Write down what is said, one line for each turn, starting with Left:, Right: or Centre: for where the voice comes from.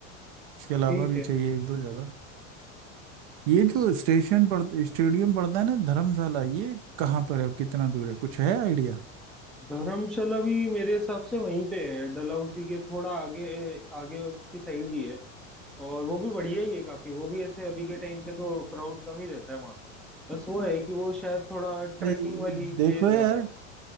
Right: इसके अलावा
Centre: ठीक
Right: भी
Centre: है
Right: चाहिए एक दो जगह ये
Centre: उस-
Right: जो स्टेशन पड़ स्टेडियम पड़ता है ना धर्मशाला ये कहाँ पर है कितना दूर है कुछ है आइडिया
Centre: धर्मशाला भी मेरे हिसाब से वहीं पे है डलहौजी के थोड़ा आगे आगे उसकी साइड ही है और वो भी बढ़िया ही है काफी वो भी ऐसे अभी के टाइम पे तो क्राउड कम ही रहता है वहां पे बस वो है कि वो शायद थोड़ा ट्रैकिंग
Right: ये-
Centre: वाली
Right: देखो
Centre: प्लेस ज्यादा
Right: यार
Centre: है